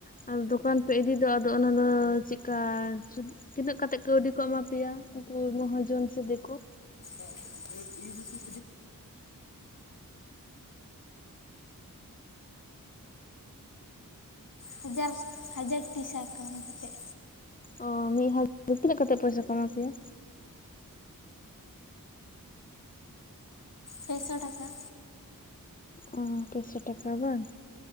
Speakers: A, on the left (about 25°); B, on the left (about 65°).
A: ᱟ ᱫᱚᱠᱟᱱ ᱯᱮ ᱤᱫᱤ ᱫᱚ, ᱟᱫᱚ ᱚᱱᱟᱫᱚ ᱪᱮᱜᱠᱟ <inaudible> ᱛᱤᱱᱟᱹᱜ ᱠᱟᱛᱮᱜ ᱠᱟᱹᱣᱰᱤ ᱠᱚ ᱮᱢᱟ ᱯᱮᱭᱟ, ᱩᱱᱠᱩ ᱢᱚᱦᱟᱡᱚᱱ ᱥᱮ ᱫᱤᱠᱩ?
B: ᱪ <inaudible> ᱦᱟᱡᱟᱨ, ᱦᱟᱡᱟᱨ ᱴᱤ ᱥᱟᱠᱟᱢ ᱠᱟᱛᱮᱫ,
A: ᱚ ᱢᱤᱫ ᱦᱟᱡ <unintelligible> ᱛᱤᱱᱟᱹᱜ ᱠᱟᱛᱮ ᱯᱚᱭᱥᱟᱹ ᱠᱚ ᱮᱢᱟ ᱯᱮᱭᱟ?
B: ᱯᱮᱥᱚ ᱴᱟᱠᱟ,
A: ᱚ, ᱯᱮᱥᱚ ᱴᱟᱠᱟ ᱵᱟᱝ,